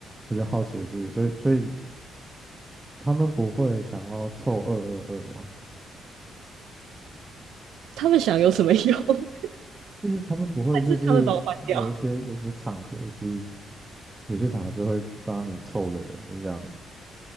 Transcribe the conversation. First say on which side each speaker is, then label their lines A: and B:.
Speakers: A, on the right; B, on the right.
A: 我就好奇的是，所以所以他们不会想要凑二二二吗？
B: 他们想有什么用？<laughs> 还
A: 就是他们不会就是有一些有一些场合是。
B: 是他们把我换掉？
A: 有些厂合是会帮你凑个人的这样子。